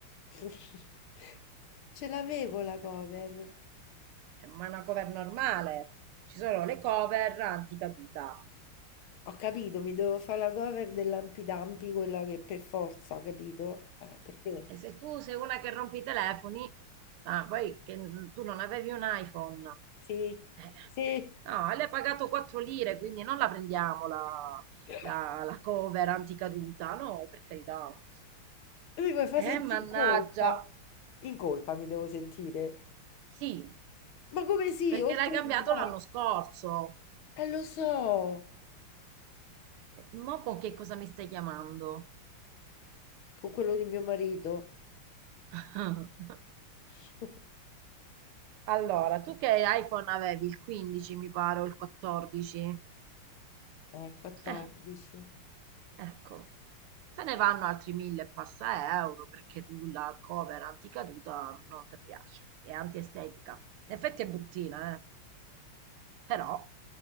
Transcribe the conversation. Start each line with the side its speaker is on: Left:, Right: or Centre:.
Left: <laughs> Ce l'avevo la cover.
Right: Eh, Ma è una cover normale. Ci sono le cover anticaduta.
Left: Ho capito, mi devo fare la cover dell'Ampidampi, quella che per forza, capito? Eh, perché?
Right: E se tu sei una che rompe i telefoni, ah, poi che n- tu non avevi un iPhone,
Left: Sì,
Right: eh,
Left: sì.
Right: no, le hai pagato 4 lire, quindi non la prendiamo la,
Left: <laughs>
Right: la- la cover anticaduta, no, per carità.
Left: Lui mi fa sentire
Right: Eh, mannaggia.
Left: in colpa. In colpa mi devo sentire.
Right: Sì,
Left: Ma come sì,
Right: perché
Left: oltre
Right: l'hai cambiato
Left: dai.
Right: l'anno scorso.
Left: Eh, lo so,
Right: Eh, Mo con che cosa mi stai chiamando?
Left: con quello di mio marito.
Right: <laughs>
Left: <laughs>
Right: Allora, tu che iPhone avevi? Il 15 mi pare o il 14?
Left: Eh, 14.
Right: Eh, ecco, se ne vanno altri mille e passa euro perché tu la cover anticaduta non ti piace, è antiestetica. In effetti è bruttina, eh, però